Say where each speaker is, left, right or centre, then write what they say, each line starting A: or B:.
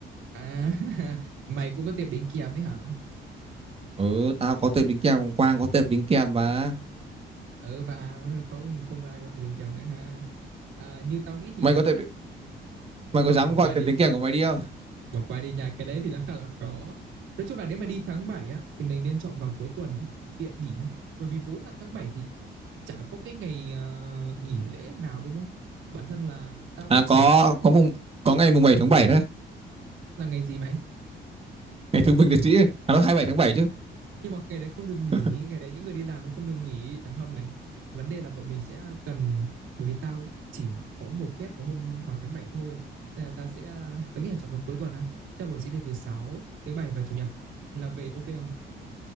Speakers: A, on the right (about 80°); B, on the right (about 30°).
A: à <laughs> mày cũng có tiệm đính kèm ấy hả
B: ừ tao có tệp đính kèm Quang có tệp đính kèm mà
A: ừ và không không còn ai có tiệm đính kèm nữa ha à, như tao nghĩ thì
B: mày
A: ờ,
B: có tệp mày có
A: không
B: dám
A: bỏ qua
B: gọi
A: đi
B: tệp đính kèm của mày đi không
A: bỏ qua đi nha cái đấy thì là khá là khó nói chung là nếu mà đi tháng 7 á thì mình nên chọn vào cuối tuần để, tiện nghỉ á bởi vì vốn là tháng 7 thì chả có cái ngày ờ, nghỉ lễ nào đúng không bản thân là tao
B: à
A: cũng chỉ
B: có
A: nghĩ
B: có mùng có ngày mùng 7 tháng 7 đấy
A: là ngày gì mày
B: <laughs> ngày thương binh liệt sĩ ấy. à đó bảy tháng 7 chứ
A: nhưng mà ngày đấy không được nghỉ
B: <laughs>
A: ngày đấy những người đi làm thì không được nghỉ thằng Hâm này vấn đề là bọn mình sẽ cần bởi vì tao chỉ có một phép vào hôm vào tháng 7 thôi nên là tao sẽ ờ, tao nghĩ là chọn vào cuối tuần á tao bọn mình sẽ đi từ thứ sáu thứ bảy và chủ nhật là về ok không